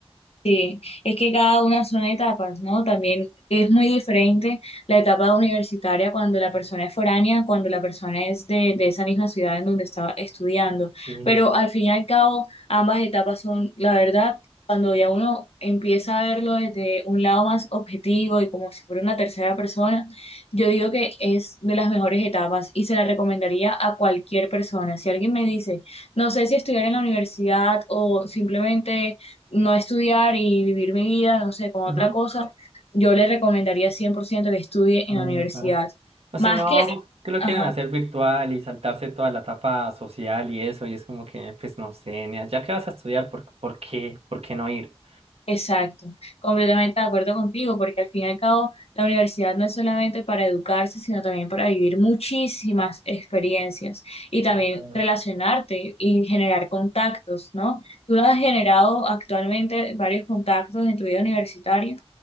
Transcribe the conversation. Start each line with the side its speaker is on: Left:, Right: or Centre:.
Left: Sí, es que cada una son etapas, ¿no? También es muy diferente la etapa universitaria cuando la persona es foránea, cuando la persona es de, de esa misma ciudad en donde estaba estudiando.
Right: Sí,
Left: Pero
Right: sí, sí.
Left: al fin y al cabo, ambas etapas son, la verdad, cuando ya uno empieza a verlo desde un lado más objetivo y como si fuera una tercera persona, yo digo que es de las mejores etapas y se la recomendaría a cualquier persona. Si alguien me dice, no sé si estudiar en la universidad o simplemente no estudiar y vivir mi vida, no sé, con
Right: Ujú.
Left: otra cosa, yo le recomendaría 100% que estudie en
Right: Epa.
Left: la universidad.
Right: O si
Left: Más
Right: no,
Left: que,
Right: que lo
Left: ajá,
Right: quieren hacer virtual y saltarse toda la etapa social y eso, y es como que, pues no sé, nea, ya que vas a estudiar, ¿por, por qué? ¿Por qué no ir?
Left: exacto, completamente de acuerdo contigo, porque al fin y al cabo la universidad no es solamente para educarse, sino también para vivir muchísimas experiencias y también
Right: Bueno.
Left: relacionarte y generar contactos, ¿no? Tú has generado actualmente varios contactos en tu vida universitaria.